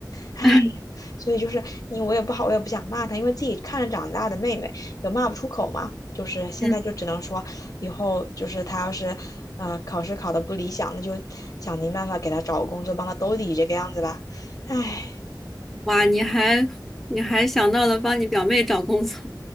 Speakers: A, on the left; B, in the centre.
A: 唉，
B: <laughs>
A: 所以就是你我也不好，我也不想骂她，因为自己看着长大的妹妹，有骂不出口嘛。就是现在就只能说，
B: 嗯，
A: 以后就是她要是，呃，考试考得不理想，那就想尽办法给她找个工作，帮她兜底这个样子吧。唉，
B: 哇，你还你还想到了帮你表妹找工作，